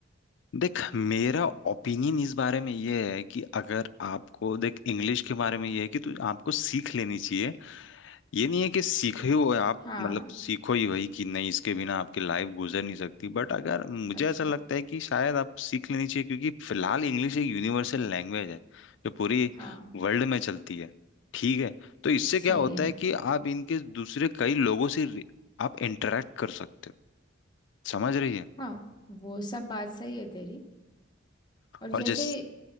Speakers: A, on the left; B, on the left.
A: देख मेरा ओपिनियन इस बारे में ये है कि अगर आपको देख इंग्लिश के बारे में ये है कि तू आपको सीख लेनी चाहिए ये नहीं है कि सीखे हो आप
B: हाँ
A: मतलब सीखो ही वही कि नहीं इसके बिना आपकी लाइफ गुजर नहीं सकती बट अगर मुझे
B: अच्छा
A: ऐसा लगता है कि शायद आपको सीख लेनी चाहिए क्योंकि फिलहाल इंग्लिश एक यूनिवर्सल लैंग्वेज है जो पूरी
B: हाँ
A: वर्ल्ड में चलती है ठीक है तो इससे
B: सही
A: क्या होता
B: है
A: है कि आप इनके दूसरे कई लोगों से रि- आप इंटरेक्ट कर सकते हो समझ रही है
B: हाँ वो सब बात सही है तेरी और जैसे
A: और जैस